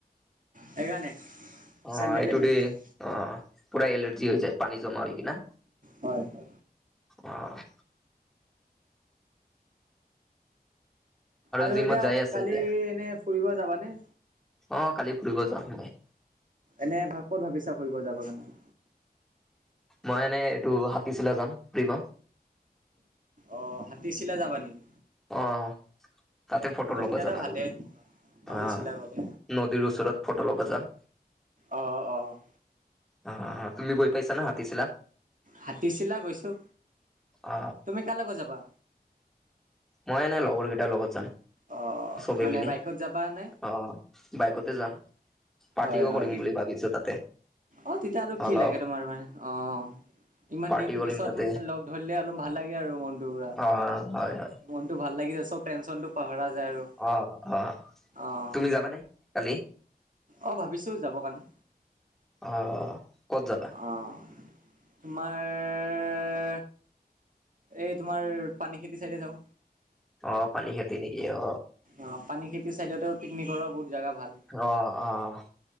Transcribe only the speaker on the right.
সেইকাৰণে।
চেণ্ডেলে
পিন্ধিছো
হয় হয়।
আৰু
এতিয়া
কালি
এনে ফুৰিব যাবানে?
এনে ভ ক'ত ভাবিছা ফৰিব যাব কাৰণে?
অ' হাতী চিলাই যাবা নেকি?
অ'
তেতিয়াতো
ভালেই
হাতীচিলা
গ'লে।
অ', অ'।
হাতীচিলা গৈছোঁ।
তুমি কাৰ লগত যাবা?
অ'
মানে
বাইকত যাবা নে?
হয় হয়।
অ' তেতিয়া আৰু
কি লাগে তোমাৰ মানে, অ'। ইমান
দিন
পিছত
ম লগ ধৰিলে অলপ ভাল লাগে আৰু মনটো পুৰা।
মনটো ভাল লাগি যায়, চব টেনচনটো পাহৰা যায় আৰু।
অ'
অ' ভাবিছোঁ যাব কাৰণে।
আ, তোমাৰ এই তোমাৰ পানী খেতি চাইডে যাওঁ।
অ' পানী খেতিৰ চাইডততে পিকনিকৰ বহুত জেগা ভাল।